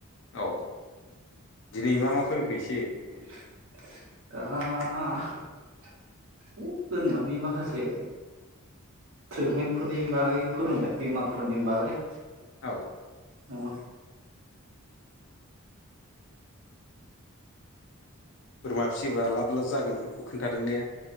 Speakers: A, on the left; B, on the right.
A: औ दिनै मा मा फोरोंखो एसे
B: दा ओइ फोरमानि माखासे ट्रिटमेन्टफोरनि बागै फोरोंबाय बेमारफोरनि बागै
A: औ।
B: औ।
A: बोरमा फिसियोबा लाब लाब जागोनफोरखौ खोन्थादों ने